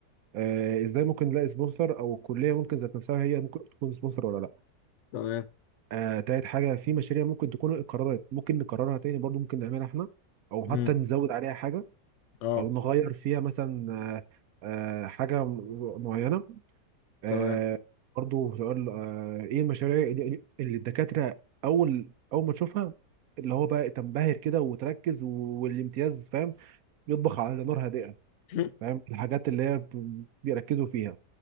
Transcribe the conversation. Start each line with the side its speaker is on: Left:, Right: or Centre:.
Right: آه ازاي ممكن نلاقي سبونسر او الكليه ممكن ذات نفسها هي ممكن تكون سبونسر ولا لا
Left: تمام
Right: آه تالت حاجه في مشاريع ممكن تكون قررت ممكن نكررها تاني برضو ممكن نعملها احنا او
Left: امم
Right: حتى نزود عليها حاجه
Left: اه
Right: او نغير فيها مثلا آه آه حاجه م- معينه آه
Left: تمام
Right: برضه سؤال آه ايه المشاريع اللي اللي الدكاترة اول اول ما تشوفها اللي هو بقى تنبهر كده وتركز و- والامتياز فاهم يطبخ على نار هادئة
Left: <laughs>
Right: فاهم الحاجات اللي هي ب- بيركزوا فيها